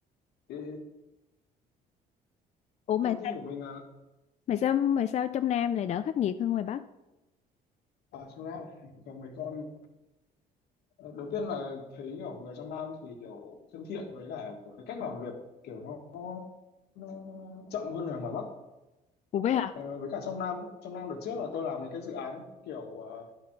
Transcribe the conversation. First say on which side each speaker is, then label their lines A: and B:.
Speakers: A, on the left; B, on the left.
A: Thì
B: Ủa mà
A: công ty
B: sao
A: của mình là
B: mà sao mà sao trong Nam lại đỡ khắc nghiệt hơn ngoài Bắc?
A: ở trong Nam có mấy con Ờ, đầu tiên là thấy kiểu người trong Nam thì kiểu thân thiện với cả kiểu cái cách làm việc kiểu nó, nó, nó chậm hơn là ngoài Bắc
B: Ủa vậy hả?
A: Ờ, với cả trong Nam trong Nam đợt trước là tôi làm mấy cái dự án kiểu ờ,